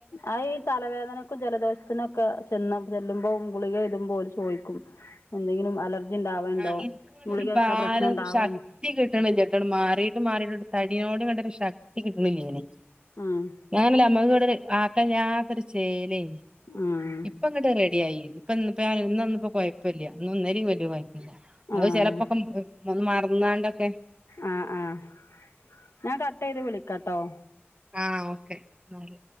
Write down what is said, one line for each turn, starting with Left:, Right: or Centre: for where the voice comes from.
Left: ആ ഈ തലവേദനക്കും ജലദോഷത്തിനൊക്കെ ചെന്ന് ചെല്ലുമ്പോ ഗുളിക തരുമ്പോ ഓല് ചോദിക്കും എന്തെങ്കിലും അലർജി ഉണ്ടാവേണ്ടോ
Right: ആഹ് ഇൻക്ക്ങ്ങട്ടാെര്
Left: ഗുളിക കഴിച്ചാ
Right: ഭാര
Left: പ്രശ്നം ഉണ്ടാവ
Right: ഒര് ശക്തി കിട്ട്ണില്ല്യട്ടൊട് മാറീട്ടും മാറീട്ടുംണ്ട് തടിനോട് <unintelligible> ന്ഷ ക്തി കിട്ട്ണില്ലേനി
Left: ആഹ്
Right: ഞാനല്ല അമ്മക്ക്ങ്ങട്ടൊര് ആക്കല്ലാത്തൊര് ചേലേ
Left: ആഹ്
Right: ഇപ്പങ്ങട്ട് റെഡ്യായി ഇപ്പന്ന് ഇപ്പ ഞാ ഇന്നാെന്നുംപ്പം കൊയ്പ്പല്ല്യാ ഇന്നും ഇന്നലിം വല്യ കൊയ് പ്പല്ല
Left: ആഹ്
Right: അത് ചെലപ്പാെക്കെ <unintelligible> മറ്ന്നാണ്ടൊക്കെ
Left: ആഹ് ആഹ് ഞാൻ കട്ടെയ്ത് വിളിക്കട്ടോ
Right: ആഹ് ഓക്കെ ന്നാല്